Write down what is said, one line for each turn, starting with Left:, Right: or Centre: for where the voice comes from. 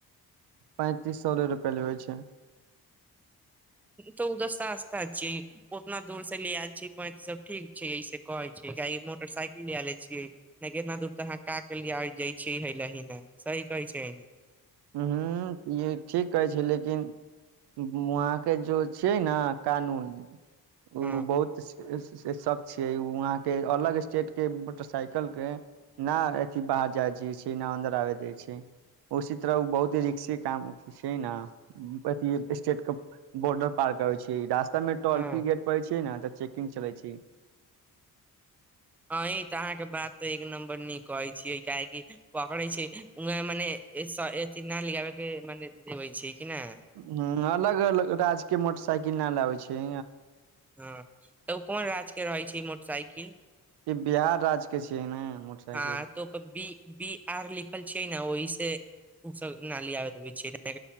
Right: पैंतीस सोले रुपआ लेबै छै
Centre: तऽ उधर सस्ता छियै उतना दूर से ले आयल छी पैतिस सौ सब ठीक छै ऐसे कहे छै मोटरसाइकिल ले ले छीयै कितना दूर तऽ अहाँ क के ल जय छी हे ल ने की कहि छै
Right: ह ई ठीक कहै छै लेकिन वहाँ के जो छिय ने कानून
Centre: हँ
Right: ओ बहुत शक छी वहां के अलग स्टेट के मोटरसाइकल के न अथि ब जाज छै इना अन्दर आ जाै छै ओ बहुत ही रिक्से काम छै ने अथ स्टेट के बॉर्डर पार करै छै टोल
Centre: हँ
Right: फ्री गेट परै छ ने तऽ चेकिंग चलै छै
Centre: हँ ई तऽ अहाँके बात तऽ एक नम्बर नीक कहै छियै काहेकि पकड़े छै वह मने एत न लगाबे के मने देबे छी कि ने
Right: हूँ अलग अलग राज्य के मोटरसाइकिल न ल आाबै छै
Centre: हँ तऽ ओ कोन राज्यके रहैत छै मोटरसाइकिल
Right: ई बिहार राज्य के छियै ने मोटरसाइकिल
Centre: हँ त बी बी आर लिखल छै ने ओहि से ओ सब नाली आब छैआ